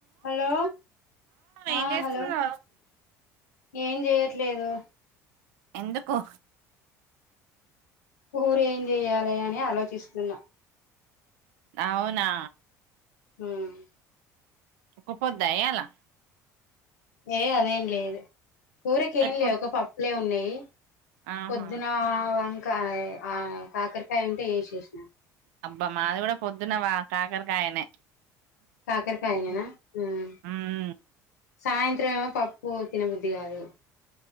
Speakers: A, on the left; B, on the right.
A: హలో
B: ఏం
A: ఆ
B: చేస్తున్నావ్
A: hello ఏం జేయట్లేదు
B: ఎందుకో
A: ఊరేం జేయ్యాలి అని ఆలోచిస్తున్నా
B: అవునా
A: ఉహ్
B: ఒక పోద్దాయలా
A: ఏ అదేం లేదు కూరక్ ఏం
B: ఎప్పుడు
A: లే ఒక పప్పులే ఉన్నాయి.
B: ఆహా
A: పొద్దున వంకా ఆ కాకరకాయ ఉంటే ఏచ్చేచనా
B: అబ్బా మాది కూడా పొద్దున్నవా కాకరకాయనే
A: కాకరకాయనేన్నా ఉహ్
B: మ్మ్
A: సాయంత్రం ఏమో పప్పు తినబుద్ధి గాదు.